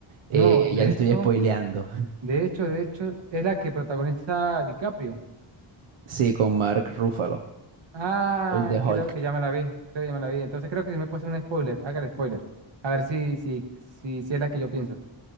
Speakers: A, on the right; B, on the right.
A: eh,
B: No, de
A: ya te estoy
B: hecho,
A: spoileando. <laughs>
B: de hecho, de hecho, es la que protagoniza DiCaprio.
A: Sí, con Mark Ruffalo,
B: Ay,
A: el de Hulk.
B: creo que ya me la vi, creo que ya me la vi, entonces creo que si me puede hacer un spoiler, haga el spoiler, a ver si, si, si, si es la que yo pienso.